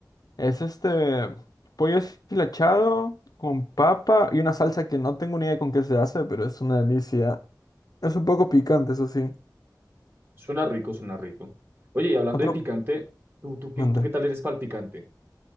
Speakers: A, on the left (about 60°); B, on the right (about 35°).
A: Es este pollo deshilachado con papa y una salsa que no tengo ni idea con qué se hace, pero es una delicia. Es un poco picante, eso sí.
B: suena rico, suena rico. Oye, y hablando
A: Otro.
B: de picante, ¿tú, tú, qué,
A: Mande.
B: tú qué tal eres para el picante?